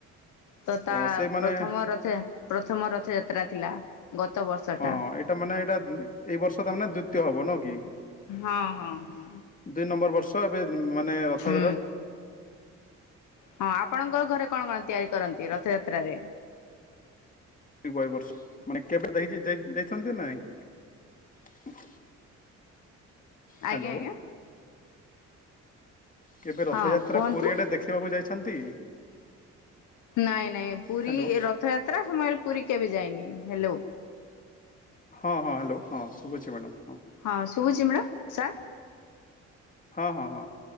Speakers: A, on the left (about 75°); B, on the left (about 25°).
A: ତ ତା
B: ହଁ ସେ ମାନେ
A: ପ୍ରଥମ ରଥ ପ୍ରଥମ ରଥ ଜା ଯାତ୍ରା ଥିଲା। ଗତ ବର୍ଷଟା।
B: ହଁ ଏଇଟା ମାନେ ଏଇଟା ଏଇ ବର୍ଷ ତ ମାନେ ଦ୍ଵିତୀୟ ହବ ନା କି?
A: ହଁ ହଁ ହଁ।
B: ଦୁଇ ନମ୍ବର ବର୍ଷ ଏବେ ମାନେ ରଥ
A: ହୁଁ
B: ଯାତ୍ରା ର
A: ହଁ ଆପଣଙ୍କ ଘରେ କଣ କଣ ତିଆରି କରନ୍ତି ରଥଯାତ୍ରାରେ?
B: ବ ବର୍ଷ ମାନେ କେବେ ଦେ ଯାଇଥାନ୍ତ ନାଇଁ। ହ୍ୟାଲୋ
A: ଆଜ୍ଞା ଆଜ୍ଞା।
B: କେବେ ରଥଯାତ୍ରା
A: ହଁ କୁହନ୍ତୁ।
B: ପୁରୀଆଡେ ଦେଖିବାକୁ ଯାଇଛନ୍ତି?
A: ନାଇଁ ନାଇଁ ପୁରୀ
B: ହ୍ୟାଲୋ
A: ରଥଯାତ୍ରା ସମୟରେ ପୁରୀ କେବେ ଯାଇନି ହେଲୋ।
B: ହଁ ହଁ ହ୍ୟାଲୋ ହଁ ଶୁଭୋଛି ମ୍ୟାଡ଼ାମ।
A: ହଁ ଶୁଭୁଛି ମ୍ୟାଡ଼ମ୍ ସାର୍
B: ହଁ ହଁ। ହଁ